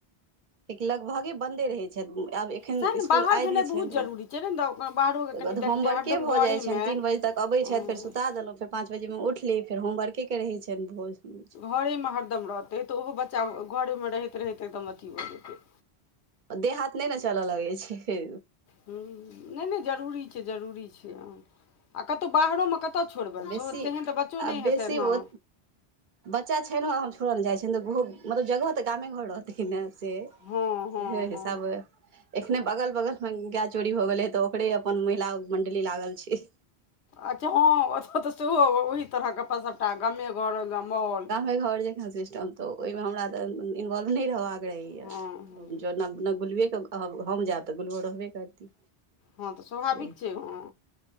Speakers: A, on the right; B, on the left.
A: एकि लगभगे बन्दे रहै छैथ आब एखन
B: सएह ने
A: इस्कूल
B: बाहर
A: आइ
B: भेनाइ
A: नहि छइन।
B: बहुत जरूरी छै ने तऽ बाहरोके कनि
A: गत ऽ
B: देखतै
A: होमबर्के
B: हरदम
A: भऽ
B: घरेमे
A: जाइ छइन तीन बजे तक। अबैत
B: हँ
A: छथ फेर सुता देलहुँ फेर पाँच बजेमे उठली फेर होमवर्के के रहै छइन भोज।
B: घरेमे हरदम रहतै तऽ ओहो बच्चा घरेमे रहैत- रहैत एकदम अथी भऽ जेतै।
A: देह हाथ नै नऽ चलऽ लगै छै।
B: हुं नै -नै जरूरी छै जरूरी छै, हँ। आ कतहु बाहरो मे कतौ छोड़बैन
A: बेसी
B: स तेहन तऽ बच्चो
A: आ
B: नहि
A: बेसी
B: हेतनि
A: ओ
B: हँ।
A: बच्चा छैइनो हम छोड़य ने जाइ छैन तऽ गुहु मतलब जगह तऽ गामे घर रहतैन ने से।
B: हँ हँ
A: सेेहे
B: हँ
A: हिसाबे एखने बगल- बगल मे गाय चोरी भऽ गेलै तऽ ओकरे अपन महिला मंडली लागल छै।
B: अच्छा हँ ओतऽ तऽ सेहो ओही तरहके गप्प सबटा गामे घर मोहोल।
A: ऐ घर जेका सिस्टम तऽ ओयमे हमरा तऽ इन्वॉल्व नै रहबाक रहैया
B: हँ हँ
A: जनम अपना गुलुये के कहब हम जायब तऽ गुलुये रहबे करती।
B: हँ तऽ स्वाभाविक
A: से
B: छै हँ